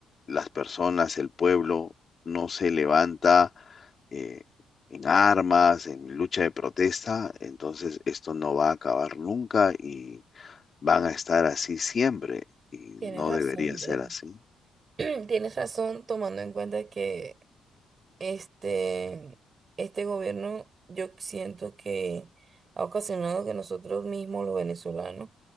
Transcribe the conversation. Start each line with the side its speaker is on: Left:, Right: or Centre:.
Left: las personas, el pueblo, no se levanta eh, en armas, en lucha de protesta, entonces esto no va a acabar nunca y van a estar así siempre y
Right: Tienes
Left: no
Right: razón,
Left: debería ser
Right: Denny.
Left: así.
Right: <clears throat> Tienes razón, tomando en cuenta que este, este gobierno, yo siento que ha ocasionado que nosotros mismos, los venezolanos,